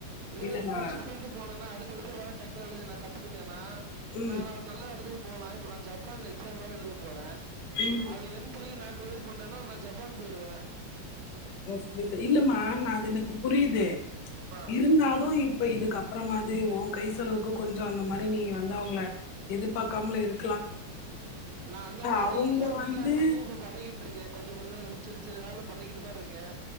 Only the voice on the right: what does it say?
இதே
எனக்கு புடிச்ச பீல்டு போனனா அடுத்து இப்ப இருக்க டேக்நலேஜ் நான் கத்துக்கிட்டு ட்டனா
நான் அவ நல்லா வது போனாம் இப்ப நான் ஜப்பான் எக்ஸாம் தான் எழுத போறேன்
அது வெறும் தீரி கிளோர் பண்டேன்னா நான் ஜப்பான் போயிடுவேன்
ஆ.
நான் அந்த மாதிரி
ஸ்ரீலான்சிங்கு
இப்ப நான் பண்ணிக்கிட்டு இருக்கேன் கொஞ்சம் கொஞ்சம் சின்ன சின்ன வேலை பண்ணிக்கிட்டு தான் இருக்கேன்